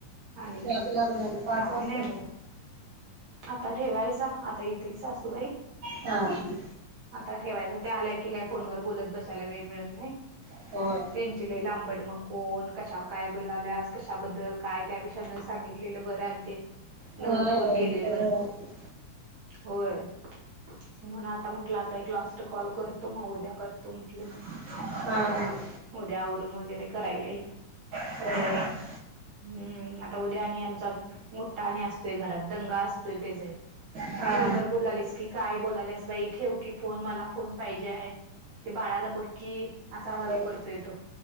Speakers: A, on the right; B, on the right.
A: आणि
B: चहा
A: काय
B: पिला करण्याला पास
A: काय
B: वात.
A: नाही बघा. आता ठेवायचा आता येतील सासूबाई <inaudible>
B: हा <inaudible>
A: आता ठेवायच ते आल्या की काय फोनवर बोलत बसायला वेळ मिळत नाही <inaudible>
B: <inaudible> हो.
A: त्यांची ल ला आंबड मकन कशा काय बलाल्यास कशाबद्दल? काय त्यापेक्षा न सांगितलेलं बरं आणि ते <inaudible>
B: होय
A: न फोन केलेले
B: सगळं
A: बरं
B: असतंय.
A: <inaudible> होय. <inaudible> म्हणून आता म्हंटलं आता एक लास्ट कॉल करतो मग उद्या करतो म्हंटलं.
B: <inaudible> हम.
A: मोद्या आवरून वगैरे करायलाय.
B: हम्.
A: हम्म आता उद्या आणि आमचा मोठा आणि असतोय घरात दंगा असतोय ते जाई.
B: हा
A: फोनवर बोलालेस की काय बोलालेस बाई ठेवू की फोन मला फोन पाहिजे आहे. ते बाळाला बक्की असा चालू
B: होय
A: करतो येतो.